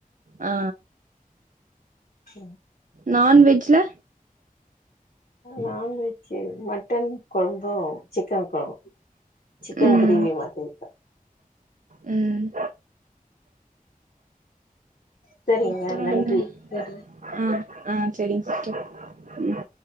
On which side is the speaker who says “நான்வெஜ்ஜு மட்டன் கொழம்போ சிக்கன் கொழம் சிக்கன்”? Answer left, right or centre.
Left